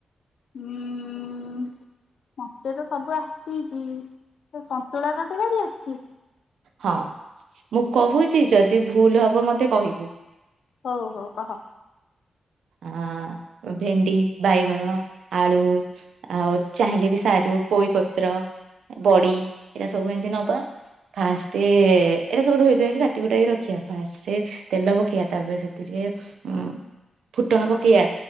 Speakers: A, on the left; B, on the right.
A: ହୁଁ ମତେ ତ ସବୁ ଆସିଛି ସନ୍ତୁଳା ତତେ କରିଆସିଛି।
B: ହଁ ମୁଁ କହୁଛି ଯଦି ଭୁଲ ହବ ମତେ କହିବୁ।
A: ହଉ ହଉ କହ।
B: ଆଉ ଭେଣ୍ଡି ବାଇଗଣ ଆଳୁ ଆଉ ଚାହିଁଲେ ବି ସାରୁ ପୋଇପତର ବଡି ଏଇଟା ସବୁ ଏମିତି ନବା ଫାଷ୍ଟେ ଏଇରା ସବୁ ଧୋଇଧୂଆକି କାଟିକୁଟାକି ରଖିବା ଫାଷ୍ଟେ ତେଲ ପକେଇବା ତାପରେ ସେଥିରେଫୁଟଣ ପକେଇବା